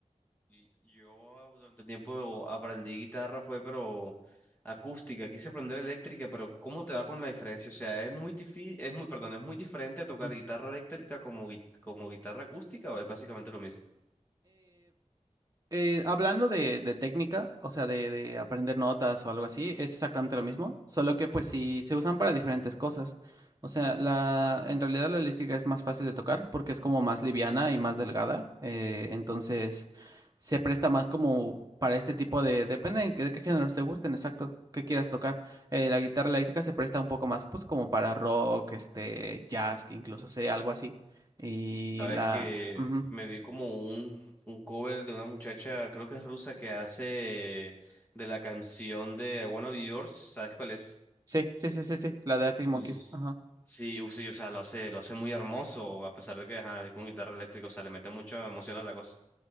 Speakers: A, on the left; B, on the right.
A: Y Yo durante un tiempo aprendí guitarra, fue pero acústica, quise aprender eléctrica, pero ¿cómo te va con la diferencia? O sea, es muy difí- es muy, perdón, es muy diferente tocar
B: Ujú.
A: guitarra eléctrica como, gui- como guitarra acústica o es básicamente lo mismo.
B: Eh, hablando de, de técnica, o sea, de, de aprender notas o algo así, es exactamente lo mismo, solo que pues sí se usan para diferentes cosas. O sea, la, en realidad la eléctrica es más fácil de tocar porque es como más liviana y más delgada, eh, entonces se presta más como para este tipo de, depende de, qué de qué géneros te gusten, exacto, qué quieras tocar. Eh, la guitarra eléctrica se presta un poco más pues como para rock, este, jazz, que incluso sé, algo así. Y
A: Sabes
B: la...
A: que
B: ujú.
A: me vi como un, un cover de una muchacha, creo que es rusa, que hace de la canción de I Wanna Be Yours, ¿sabes cuál es?
B: Sí, sí, sí, sí, sí, la de Arctic Monkeys,
A: Uy.
B: ajá.
A: Sí, u- sí, o sea, lo hace, lo hace muy hermoso, a pesar de que ajá, es con guitarra eléctrica, o sea, le mete mucha emoción a la cosa.